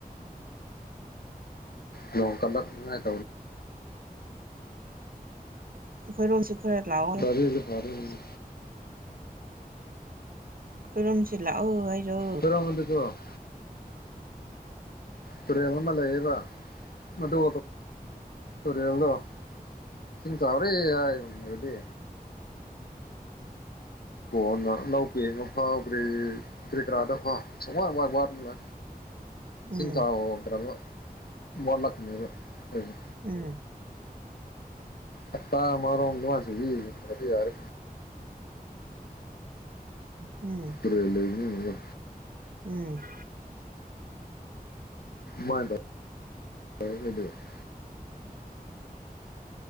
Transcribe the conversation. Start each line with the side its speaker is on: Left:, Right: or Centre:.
Left: ꯅꯣꯡ ꯀꯥꯟꯅ ꯇꯥꯢ
Right: ꯑꯩꯈꫭꯏ ꯔꯣꯝꯁꯨ ꯈꯔ ꯂꯥꯎꯑꯣ
Left: ꯑꯗꯨꯅ ꯐꯗꯨꯢꯅꯤ
Right: ꯑꯈꯣꯢꯔꯣꯝꯁꯨ ꯂꯥꯛꯑꯣ ꯍꯥꯏꯔꯣ
Left: ꯐꯨꯔꯍꯗꯤ ꯀꯣ <inaudible> ꯇꯨꯔꯦꯜ ꯑꯃ ꯂꯩꯌꯦꯕ ꯃꯗꯨ ꯇꯨꯔꯦꯜꯗꯣ ꯢꯁꯤꯡ ꯆꯧꯔꯦ ꯍꯥꯢꯈꯔꯗꯤ ꯀꯣꯟꯅ ꯂꯧ ꯄꯦꯡꯕ ꯐꯥꯎꯈꯔꯦ ꯀ꯭ꯔꯤ ꯀꯔꯥꯗꯣ ꯋꯥ ꯋꯥ ꯁꯨꯡꯋꯥ ꯋꯥꯗꯅ ꯢꯁꯤꯡ
Right: ꯎꯝ
Left: ꯆꯧꯈꯔꯝꯅꯤꯅ ꯋꯥꯠꯂꯛꯅꯤꯕꯥ ꯑꯩꯈꯣꯢꯒꯤ
Right: ꯎꯝ
Left: ꯍꯥꯠꯇꯥ ꯑꯃꯥꯔꯣꯝꯕꯨ ꯆꯨꯕꯤꯔꯗꯤ ꯌꯥꯔꯦ
Right: ꯎꯝ
Left: ꯇꯨꯔꯦꯜ ꯂꯩꯕꯅꯤꯅꯒꯣ
Right: ꯎꯝ
Left: ꯃꯥ ꯇꯗ <inaudible>